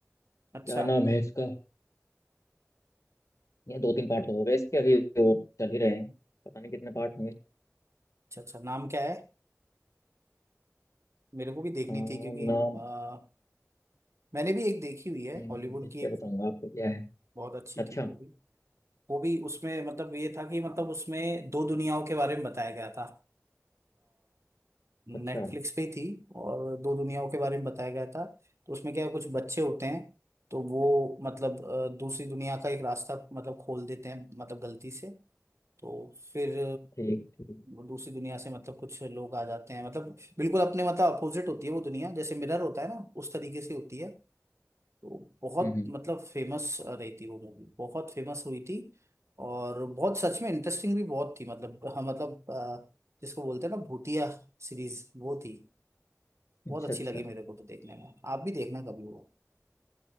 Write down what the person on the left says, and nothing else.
क्या नाम है इसका ये दो तीन पार्ट तो हो गए इसके अभी और चल ही रहे हैं पता नहीं कितने पार्ट होंगे
अ,
नाम
हम्म,
ठीक
है
बताऊंगा आपको क्या है
अच्छा
अच्छा
ठीक ठीक
हम्म हम्म,
अच्छा
अच्छा